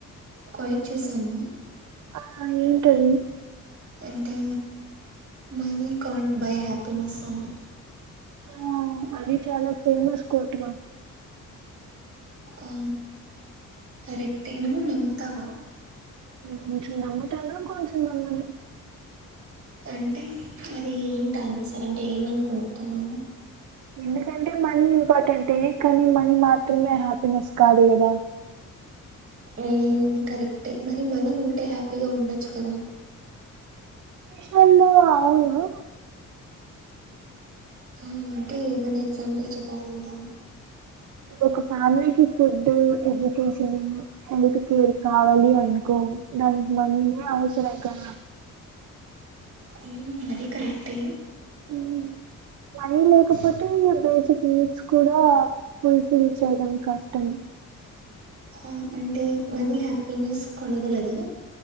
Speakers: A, on the right; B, on the right.
A: కోయక్ చూసాను
B: ఆ ఏంటది
A: అంటే మనీ కంట్ బై హ్యాపీనెస్ అని
B: ఆ అది చాలా ఫేమస్ కోట్గా
A: ఆ కరిక్టే నువ్వు నమ్ముతావా
B: కొంచం నమ్ముతాను కొంచం నమ్మను
A: అంటే అది ఏంటాన్సర్ అంటే ఏమనుకుంటున్నామ్
B: ఎందుకంటే మనీ ఇంపార్టెంటె కానీ మనీ మాత్రమే హ్యాపీనెస్ కాదు కదా
A: హ్మ్ కరెక్టే మరి మనీ ఉంటే హ్యాపీగా ఉండచ్చు కదా
B: హలో అవునా
A: ఆ అంటే ఏమన్నా ఎగ్జాంపుల్ చెప్పాలంటా
B: ఒక ఫ్యామిలీకి ఫుడ్ ఎడ్యుకేషన్ అయినా హెల్త్ కేర్ కావాలి అనుకో దానికి మనీనే అవసరం కా
A: హ్మ్ అది కరెక్టే
B: హ్మ్ మనీ లేకపోతే బేసిక్ నీడ్స్ కూడా ఫుల్ ఫిల్ చేయడం కష్టం
A: ఆ అంటే మనీ హ్యాపీనెస్ కొనగలదా